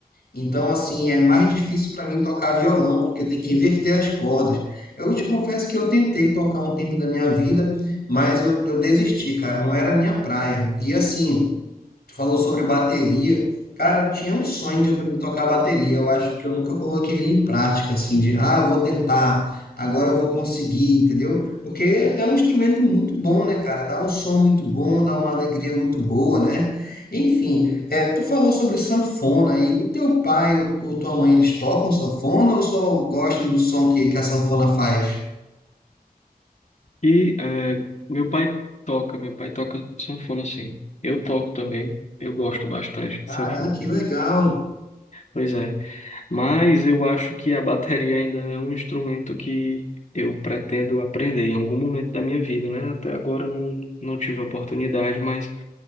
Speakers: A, on the left; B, on the left.
A: Então, assim, é mais difícil para mim tocar violão, porque tem que inverter as cordas. Eu te confesso que eu tentei tocar um tempo da minha vida, mas eu, eu desisti, cara, não era a minha praia. E assim, Tu falou sobre bateria. Cara, eu tinha um sonho de aprender a tocar bateria. Eu acho que eu nunca coloquei ele em prática, assim, de, ah, eu vou tentar, agora eu vou conseguir, entendeu? Porque é um instrumento muito bom, né, cara? Dá um som muito bom, dá uma alegria muito boa, né? Enfim, é, tu falou sobre sanfona aí. O teu pai ou ou tua mãe, eles tocam sanfona ou só gostam do som que, que a sanfona faz?
B: E é, meu pai toca, meu pai toca sanfona, sim. Eu toco também, eu gosto bastante
A: Caraca,
B: de sanfona.
A: que legal!
B: Pois é. Mas eu acho que a bateria ainda é um instrumento que eu pretendo aprender em algum momento da minha vida, né? Até agora eu não, não tive a oportunidade, mas